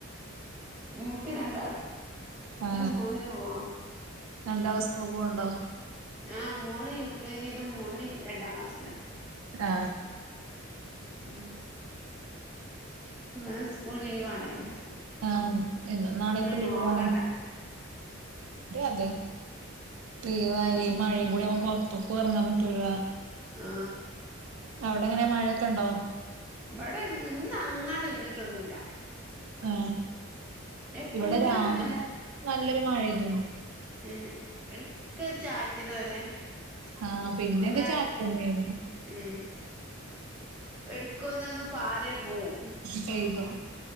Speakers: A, in the centre; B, on the right.
A: ഇനിക്ക് രണ്ടാള്
B: ആ
A: ഒരു മോനും ഒരു മോളും
B: രണ്ടളും ഉസ്കൂൾ പോണ്ടോ
A: ആ് മോള് യു കെ ജിയിലും മോന് രണ്ടാം ക്ലാസ്സിലോ
B: ആ
A: മ് മ് സ്കൂൾ ലീവ് ആണല്ലോ
B: ആ ഇല്ല നാളെ ഇപ്പൊ ലീവാണ്ട
A: നോക്കണ്ട
B: അതെ പെയ്യവാല മഴയും കൂടി അവ പുറത്തൊക്കെ ഇറങ്ങാൻ പറ്റൂല
A: ആ
B: അവിടെങ്ങനെ മഴയൊക്കെ ഉണ്ടോ?
A: ഇവിടെ ഇന്ന് അങ്ങാട ചെയ്തിട്ടൊന്നുമല്ല.
B: ആ
A: എപ്പഴേലും
B: ഇവിടെ രാവിലെ
A: ഒന്ന്
B: നല്ലൊരു മഴ പെയ്തു
A: ഉം എടക്കറി ചാറ്റൽ പോലെ,
B: ആ, പിന്നൊക്കെ
A: ഒന്നാട്
B: ചാറ്റന്നരുന്നു.
A: ഉം, എടുക്കുമന്ന് ഒന്ന് പാറിയ പോവും.
B: പെയ്തൊ?